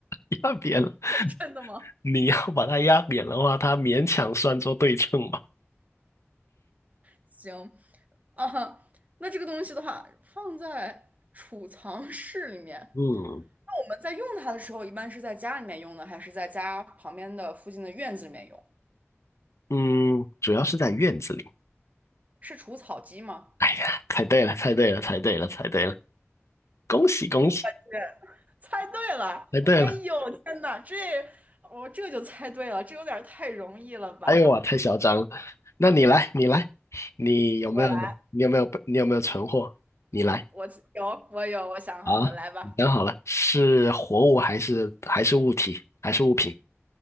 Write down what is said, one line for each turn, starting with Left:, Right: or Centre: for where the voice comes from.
Left: <laughs> 压扁了，
Right: <laughs> 真的吗？
Left: 你要把它压扁的话，它勉强算作对称吧。
Right: 行啊，那这个东西的话，放在储藏室里面。
Left: 嗯
Right: 那我们在用它的时候，一般是在家里面用呢，还是在家旁边的附近的院子里面用？
Left: 嗯，主要是在院子里。
Right: 是除草机吗？
Left: 哎呀，猜对了，猜对了，猜对了，猜对了，恭喜恭喜，
Right: 对，<laughs> 猜对了！
Left: 猜对了！
Right: 哎呦，天哪，这我这就猜对了，这有点儿太容易了吧？
Left: 哎呦哇，太嚣张了。那你来，你来，你有没有，
Right: <laughs> 我来，
Left: 你有没有，你有没有存货？你来
Right: 我有，我有，我想好了，
Left: 啊，
Right: 来吧。
Left: 你想好了，是活物还是还是物体还是物品？